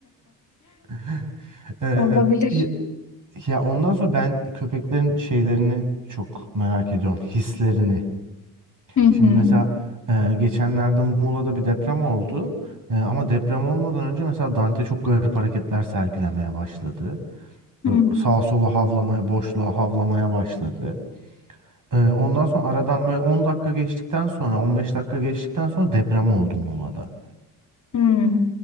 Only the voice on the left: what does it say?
Olabilir.
Hı hı.
Hı
hı.